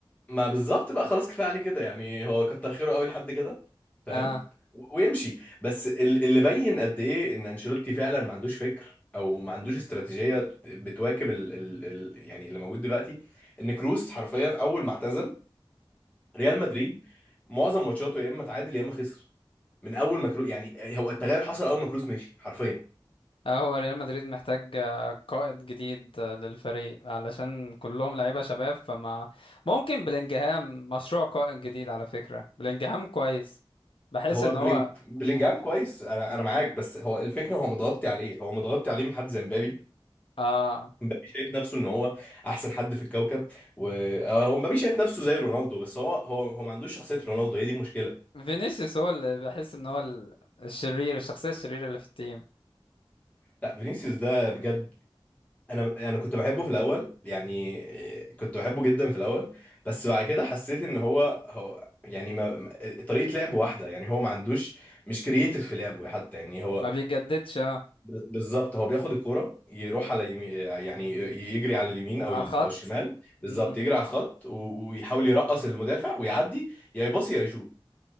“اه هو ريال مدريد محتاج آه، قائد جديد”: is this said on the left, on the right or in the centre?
Left